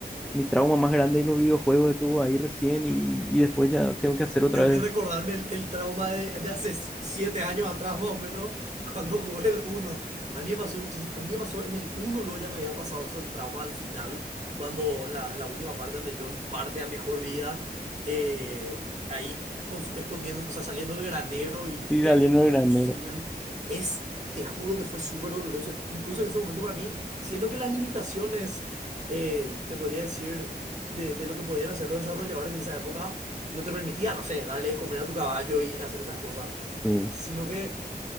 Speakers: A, in the centre; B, on the right.
A: mi trauma más grande en los videojuegos estuvo ahí recién y, y después ya tengo que hacer otra
B: Tengo
A: vez.
B: que recordarme el, el trauma de, de hace siete años atrás, más o menos, cuando jugué el uno. A mí me pasó muchísimo. A mí me pasó en el uno, luego ya me había pasado eso, el trauma al final, cuando en la, en la última parte donde John parte a mejor vida, eh, ahí con su- escondiendo, o sea, saliendo del granero y
A: Sí,
B: le,
A: saliendo
B: ac-
A: del
B: le
A: granero.
B: fusilan. Es, te juro que fue súper doloroso. Incluso en ese momento para mí, siendo que las limitaciones eh, te podría decir, de, de lo que podían hacer los desarrolladores en esa época, no te permitía, no sé, darle de comer a tu caballo y hacer esas cosas,
A: Sí,
B: sino que